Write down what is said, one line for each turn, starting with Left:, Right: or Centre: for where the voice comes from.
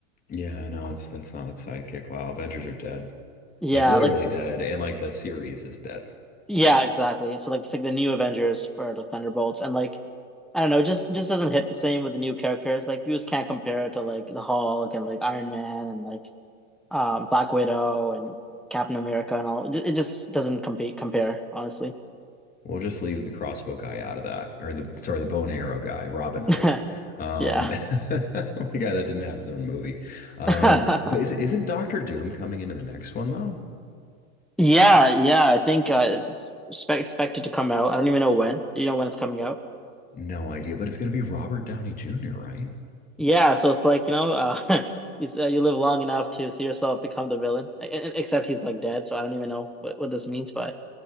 Left: Yeah, no, it's that's not its sidekick. Wow, Avengers are dead.
Centre: Yeah,
Left: Like literally
Centre: like
Left: dead, and like the series is dead.
Centre: yeah, exactly. So like it's like the new Avengers for like Thunderbolts and like I don't know, it just just doesn't hit the same with the new characters. Like you just can't compare it to like the Hulk and like Iron Man and like um, Black Widow and Captain America and all. It just doesn't compete compare, honestly.
Left: We'll just leave the crossbow guy out of that, or the sorry, the bone arrow guy, Robin Hood,
Centre: <laughs>
Left: um,
Centre: Yeah.
Left: <laughs> the guy that didn't have his own movie. Um,
Centre: <laughs>
Left: but is, isn't Doctor Doom coming into the next one though?
Centre: Yeah, yeah, I think uh, it's it's expect expected to come out. I don't even know when. Do you know when it's coming out?
Left: No idea, but it's gonna be Robert Downey Jr., right?
Centre: Yeah, so it's like, you know, uh, <laughs> you s- uh, you live long enough to see yourself become the villain. E- e- Except he's like dead, so I don't even know what, what this means, but